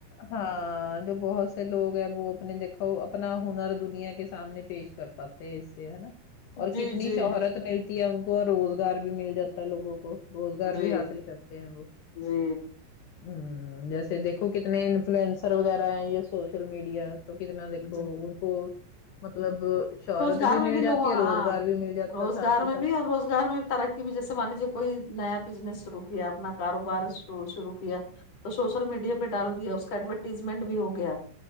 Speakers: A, on the left; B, on the left.
A: ہاں جو بہت سے لوگ ہیں وہ اپنے دیکھو اپنا ہنر دنیا کے سامنے پیش کر پاتے ہیں اس نا اور
B: جی
A: کتنی
B: جی
A: شہرت ملتی ہے ان کو اور روزگار بھی مل جاتا ہے لوگوں کو روزگار
B: جی
A: بھی حاصل کرتے ہیں وہ
B: جی
A: ہمم جیسے دیکھو کتنے انفلوئنسر وغیرہ ہیں یہ سوشل میڈیا تو کتنا دیکھو
B: جی
A: ان کو مطلب شہرت
B: گار میں
A: مل
B: بھی لوگوں
A: جاتی ہے
B: ہاں
A: روزگار بھی مل جاتا
B: روزگار
A: ہے ساتھ کے
B: میں
A: ساتھ
B: بھی اور روزگار میں بھی ترق ی جیسے مان لیجیے کوئی نیا بزنس شروع کیا اپنا کاروبار شرع شروع کیا تو سوشل میڈیا پہ ڈال دیا اس کا ایڈورٹیزمنٹ بھی ہو گیا